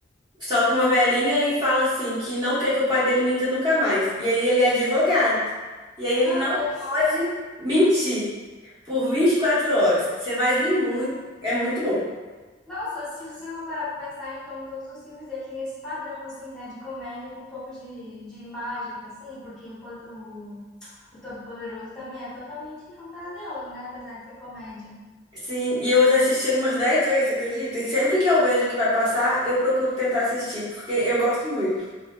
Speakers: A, on the right; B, in the centre.
A: sopra uma velhinha e fala assim, que não quer que o pai dele minta nunca mais. E aí ele é advogado. E aí ele
B: Meu
A: não
B: Deus.
A: pode mentir por 24 horas. Você vai rir muito,
B: Ah,
A: é muito bom.
B: Nossa, se você for parar pra pensar, então todos os filmes dele têm esse padrão, assim, né? De comédia com um pouco de, de mágica, assim, porque o, po- o, o Todo-Poderoso também é totalmente fantasioso, né? Apesar de ser comédia.
A: Sim, e eu já assisti ele umas 10 vezes, você acredita? E sempre que eu vejo que vai passar, eu procuro tentar assistir, porque eu gosto muito.